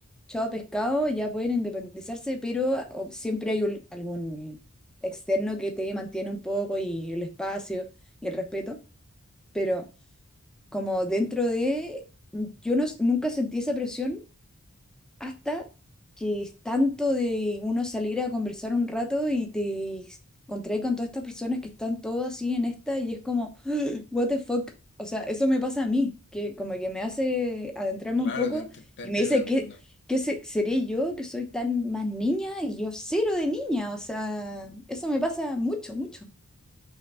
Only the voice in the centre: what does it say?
chao pescado, ya pueden independizarse, pero o siempre hay un- algún externo que te mantiene un poco y el espacio y el respeto. Pero como dentro de, yo no, s- nunca sentí esa presión hasta que es tanto de uno salir a conversar un rato y te encontré con todas estas personas que están todas así en esta y es como, <laughs> what the fuck. O sea, eso me pasa a mí, que como que me hace adentrarme
un poco
y
me dice
qué
qué se- seré yo que soy tan más niña y yo cero de niña. O sea, eso me pasa mucho, mucho.